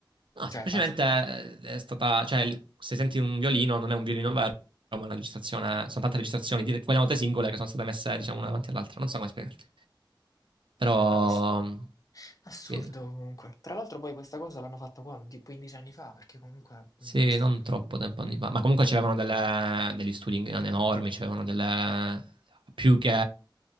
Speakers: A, on the right; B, on the left.
A: No,
B: Cioè,
A: semplicemente
B: è fatta... <laughs>
A: eh, è stata, cioè, il- se senti un violino non è un violino vero, ma è una registrazione, sono tante registrazioni di quelle note singole che sono state messe, diciamo, una davanti all'altra. Non so come spiegarti. Però,
B: Ah, questo- Assurdo
A: sì,
B: comunque. Tra l'altro poi questa cosa l'hanno fatta qua di 15 anni fa, perché comunque
A: sì,
B: mm, mi stai-
A: non troppo tempo anni fa. Ma comunque c'erano delle- degli studi in- enormi, c'erano delle, più che,